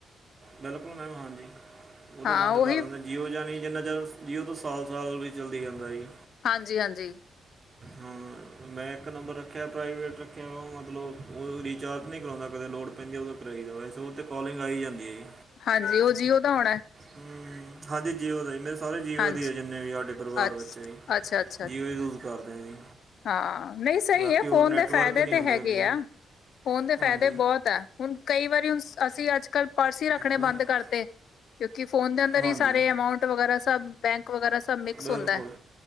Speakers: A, on the right; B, on the left.
A: ਬਿਲਕੁਲ ਮੈਮ, ਹਾਂਜੀ, ਓ ਤਾ
B: ਹਾਂ
A: ਬੰਦ
B: ਉਹੀ
A: ਕਰ ਦਿੰਦੇ। ਜੀਓ ਜਾਨੀ, ਜਿੰਨਾ <unintelligible> ਜੀਓ ਤੋ ਸਾਲ-ਸਾਲ ਵੀ ਚੱਲੀ ਜਾਂਦਾ ਜੀ।
B: ਹਾਂਜੀ, ਹਾਂਜੀ।
A: ਹੂੰ। ਮੈਂ ਏਕ ਨੰਬਰ ਰੱਖਯਾ, ਪ੍ਰਾਈਵੇਟ ਰੱਖਿਆ ਮਤਲਬ ਓ ਓ ਰਿਚਾਰਜ ਨੀ ਕਰਾਓਦਾ ਕਦੇ, ਲੋੜ ਪੈਂਦੀ ਓਦੋ <unintelligible> ਰਈਦਾ ਵੈਸੇ ਉਦੇ ਤੇ ਕੋਲਿੰਗ ਆ ਈ ਜਾਂਦੀ ਐ ਜੀ।
B: ਹਾਂਜੀ, ਓ ਜੀਓ ਦਾ ਹੋਣਾ।
A: ਹੂੰ, ਹਾਂਜੀ ਜੀਓ ਦਾ, ਮੇਰੇ ਸਾਰੇ ਜੀਓ
B: ਹਾਂਜੀ
A: ਦੀ ਆ ਜਿੰਨੇ ਵੀ ਸਾਡੇ ਪਰਿਵਾਰ
B: ਅੱਛਾ
A: ਵਿੱਚ ਜੀ
B: ਅੱਛਾ ਅੱਛਾ
A: ਜੀਓ
B: ਜੀ।
A: ਹੀ ਯੂਜ ਕਰਦੇ ਆ ਜੀ
B: ਹਾਂ ਨਹੀਂ ਸਹੀ
A: ਬਾਕੀ
B: ਹੈ
A: ਹੋਰ
B: ਫੋਨ
A: ਨੈਟਵਰਕ
B: ਦੇ ਫਾਇਦੇ
A: ਨਹੀਂ
B: ਤੇ
A: ਹੁੰਦਾ
B: ਹੈਗੇ
A: ਜੀ
B: ਆ ਫੋਨ ਦੇ ਫਾਇਦੇ
A: ਹਾਂਜੀ
B: ਬਹੁਤ ਬਹੁਤ ਹੈ, ਹੁਣ ਕਈ ਵਾਰੀ ਹੁਣ ਅਸੀਂ ਅੱਜ-ਕੱਲ ਪਰਸ ਹੀ ਰੱਖਣੇ
A: ਬਸ-
B: ਬੰਦ ਕਰਤੇ ਕਿਉਂਕਿ ਫੋਨ ਦੇ ਅੰਦਰ
A: ਹਾਂਜੀ
B: ਹੀ ਸਾਰੇ ਅਮਾਊਂਟ ਵਗੈਰਾ ਸਭ ਬੈਂਕ ਵਗੈਰਾ ਸਭ ਮਿਕਸ
A: ਬਿਲਕੁਲ
B: ਹੁੰਦਾ ਹੈ।